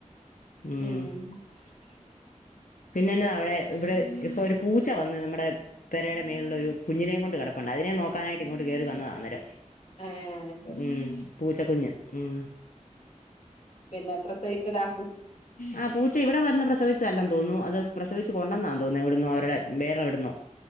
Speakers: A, on the left; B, on the left.
A: ഉം
B: ഉം പിന്നെന്നെത അവിടെ ഇവിടെ ഇപ്പൊ ഒരു പൂ പൂച്ചവന്ന് നമ്മുടെ പെരേടെ മേളിലൊരു കുഞ്ഞിനെയും കൊണ്ട് കിടപ്പുണ്ട് അതിനെ നോക്കാനായി ഇങ്ങോട്ട് കേറി വന്നതാ അന്നേരം
A: ഏഹ് ശരി
B: ഉം കുഞ്ഞ് ഉം
A: പിന്നെ പ്രസവിച്ചതാ
B: ആ പൂച്ച ഇവിടെ വന്ന് പ്രസവിച്ചതല്ലെന്ന് തോന്നുന്നു അത് പ്രസവിച്ച് കൊണ്ടന്നതാ തോന്നുന്നു എവിടുന്നോ അവരുടെ വേറെ എവിടുന്നോ